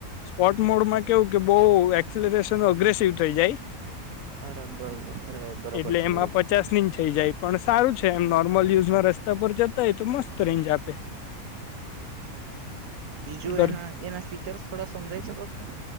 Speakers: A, on the left; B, on the right.
A: સ્પોટ મોડ માં કેવું કે બહ એક્સલરેશન અગ્રેસિવ થઈ જાય
B: અરે બરોબર અરે બરોબર
A: એટલે
B: છે
A: એમાં
B: બરોબર
A: પચાસ
B: છે.
A: થઈ જાય પણ સારું છે એમ નોર્મલ યુઝમાં રસ્તા પર જતા હોય તો મસ્ત રેન્જ આપે
B: બીજું
A: ઘર
B: એના એના ફીચર થોડા સમજાઈ શકો છો.